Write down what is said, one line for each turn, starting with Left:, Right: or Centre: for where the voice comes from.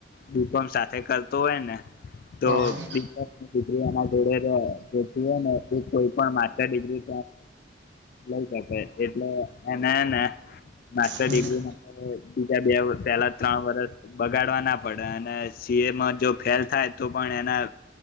Left: બીકોમ સાથે કરતો હોય ને તો્રીના
Right: હા હા
Left: જોડે હોય ને કોઈ પણર્રી લઈ શકે એટલે એને ને માસ્ટર
Right: હમ
Left: ડિગ્રી માટે બીજા બે પેલા ત્રણ વરસ બગાડવા ના પડે અને સી એમાં જો ફેલ થાય તો પણ એના